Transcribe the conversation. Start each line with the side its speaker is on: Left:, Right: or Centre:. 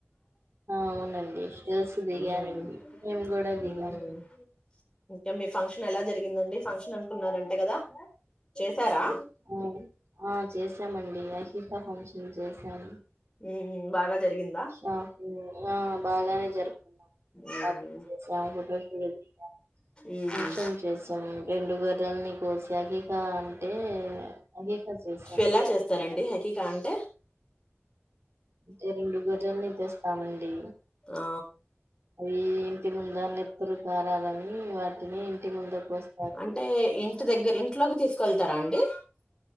Right: అవునండి గర్ల్స్ దిగారండి
Left: ఉమ్
Right: మేము కూడా దిగాం
Left: ఉమ్ ఇంకా మీ ఫంక్షన్ ఎలా జరిగిందండి ఫంక్షన్ అనుకున్నార అంట కదా చేశారా
Right: అ ఆ చేశామండి అహీఫా ఫంక్షన్ చేశాము
Left: ఉమ్ బాగా జరిగిందా
Right: షాంపూ ఆ బాగానే జరుపు
Left: ఉమ్
Right: షాపింగ్ చేసాం, ఫోటో <unintelligible>
Left: ఉమ్
Right: ఫంక్షన్ చేసాం, రెండు గర్రల్ని కోసి అహిక అంటే అహకా చేసాం
Left: ఎలా చేస్తారండి హకీకా అంటే
Right: అంటే రెండు గొర్రెల్ని తెస్తామండి
Left: ఆ
Right: అవి ఇంటి ముందు ఆ నెత్తురు. వారాలని వాటిని ఇంటి ముందుకు కోస్
Left: అంటే ఇంటి దగ్గర ఇంట్లోకి తీసుకెళ్ల్ తర అండి